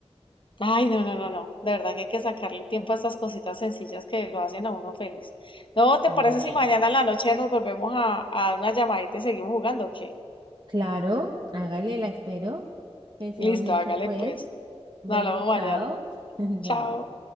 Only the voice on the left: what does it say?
Ay, no, no, no, no. De verdad que hay que sacarle tiempo a estas cositas sencillas que lo hacen a uno feliz. No, ¿te
parece si mañana en la noche nos volvemos a, a dar una llamadita y seguimos jugando? ¿O ¿Qué?
Listo,
hágale
pues.
Nos hablamos
mañana.
Chao.